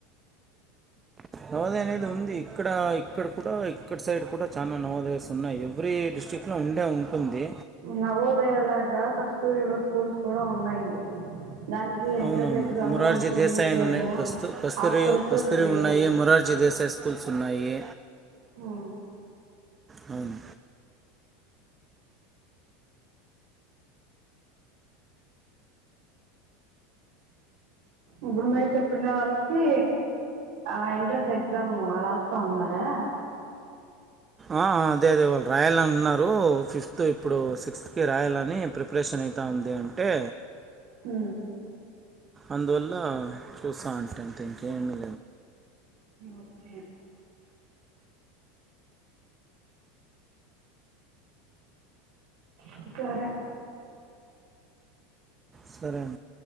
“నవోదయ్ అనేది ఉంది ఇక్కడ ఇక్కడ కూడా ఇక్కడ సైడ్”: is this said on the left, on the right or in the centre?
Right